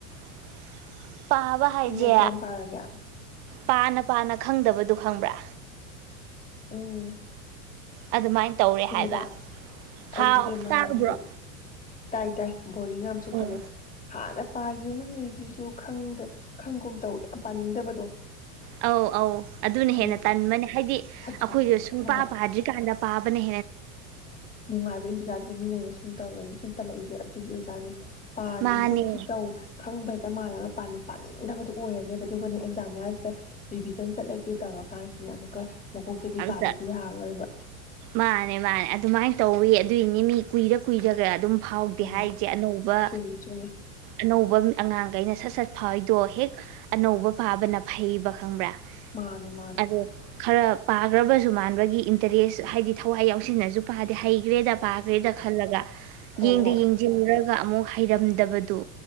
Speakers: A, on the right (about 50°); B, on the left (about 20°).
A: <inaudible> ꯄꯥꯕ ꯍꯥꯏꯖꯦ
B: ꯅꯦꯠ ꯀꯌꯥꯝ ꯄꯥꯔꯒꯦ
A: ꯄꯥꯅ ꯄꯥꯅ ꯈꯪꯗꯕꯗꯨꯣ ꯈꯪꯕ꯭ꯔꯥ
B: ꯎꯝ
A: ꯑꯗꯨꯃꯥꯏꯅ ꯇꯧꯔꯦ
B: ꯏꯟꯗꯤꯔꯥ
A: ꯍꯥꯏꯕ
B: ꯑꯩꯗꯤ
A: ꯍꯥꯎ
B: ꯕꯦꯃꯥꯕꯨ
A: ꯇꯥꯕ꯭ꯔꯣ
B: ꯇꯥꯏ ꯇꯥꯏ ꯕꯣꯔꯤꯡ ꯌꯥꯝꯁꯨ
A: ꯎꯝ
B: ꯈꯜꯂꯦ ꯍꯥꯟꯅ ꯄꯥꯈꯤꯕꯃ ꯉꯩꯁꯤꯁꯨ ꯈꯪꯗ ꯈꯪꯒꯨꯝ ꯇꯧ ꯌꯥꯝ ꯄꯥꯅꯤꯡꯗꯕꯗꯣ
A: ꯑꯧ ꯑꯧ ꯑꯗꯨꯅ
B: ꯑꯗꯨ
A: ꯍꯦꯟꯅ ꯇꯟꯕꯅꯦ ꯍꯥꯏꯗꯤ
B: ꯍꯛꯆꯤꯟꯗꯣ
A: ꯑꯩꯈꯣꯏꯗ ꯁꯨꯡ
B: ꯍꯣꯏ
A: ꯄ
B: ꯍꯣꯏ
A: ꯄꯥꯗ꯭ꯔꯤꯀꯥꯟꯗ ꯄꯥꯕꯅꯦ
B: ꯅꯨꯡꯉꯥꯏꯕ ꯏꯟꯗꯤꯔꯥꯗꯅ ꯃꯤꯅ ꯁꯨꯝ ꯇꯧꯔꯗꯤ ꯁꯨꯝ ꯇꯜꯂꯛꯏꯁꯦ ꯑꯗꯨꯒꯤ ꯑꯣꯖꯥꯅꯤ ꯄꯥꯒꯤꯒꯨꯝꯁꯨ
A: ꯃꯥꯅꯦ
B: ꯇꯧ ꯈꯪꯕ ꯍꯦꯛꯇ ꯃꯥꯥꯟꯂꯒ ꯄꯥꯅꯤꯡꯗꯕꯗꯨ ꯑꯣꯏꯔꯅꯦꯕ ꯑꯗꯨꯒꯅꯦ ꯑꯦꯛꯖꯥꯝ ꯑꯌꯥꯁꯤꯗ ꯔꯤꯚꯤꯖꯟ ꯆꯠꯂꯒꯦ ꯇꯧꯔꯀꯥꯟꯁꯤꯗꯅꯦ ꯑꯃꯨꯛꯀ ꯃꯀꯣꯛꯇꯗꯤ
A: ꯑꯝꯇ
B: ꯄꯥꯗꯗꯤ ꯌꯥꯔꯔꯣꯏꯕ
A: ꯃꯥꯅꯦ ꯃꯥꯅꯦ ꯑꯗꯨꯃꯥꯏꯅ ꯇꯧꯋꯤ ꯑꯗꯨꯏꯅꯤ ꯃꯤ ꯀꯨꯏꯔ ꯀꯨꯏꯔꯒ ꯑꯗꯨꯝ ꯍꯥꯎꯗꯦ
B: ꯎꯝ
A: ꯍꯥꯏꯔꯤꯁꯦ ꯑꯅꯧꯕ
B: ꯆꯨꯝꯃꯦ ꯆꯨꯝꯃꯦ
A: ꯑꯅꯧꯕ ꯑꯉꯥꯡꯈꯩꯅ ꯁꯠ ꯐꯥꯎꯏꯗꯣ ꯍꯦꯛ ꯑꯅꯧꯕ ꯄꯥꯕꯅ ꯐꯩꯕ ꯈꯪꯕ꯭ꯔꯥ
B: ꯃꯥꯅꯦ ꯃꯥꯅꯦ
A: ꯑꯗꯣ ꯈꯔ ꯄꯥꯈ꯭ꯔꯕꯁꯨ ꯃꯥꯟꯕꯒꯤ ꯏꯟꯇꯔꯦꯁ ꯍꯥꯏꯗꯤ ꯊꯋꯥꯏ ꯌꯥꯎꯁꯤꯟꯅꯁꯨ ꯄꯥꯗꯦ ꯍꯩ ꯍꯩꯈ꯭ꯔꯦꯗ ꯄꯥꯈ꯭ꯔꯦꯗ ꯈꯜꯂꯒ
B: ꯍꯣꯏ
A: ꯌꯦꯡꯗ
B: ꯍꯣꯏ
A: ꯌꯦꯡꯁꯤꯜꯂꯨꯔ ꯒ ꯑꯃꯨꯛ ꯍꯩꯔꯝꯗꯕꯗꯨ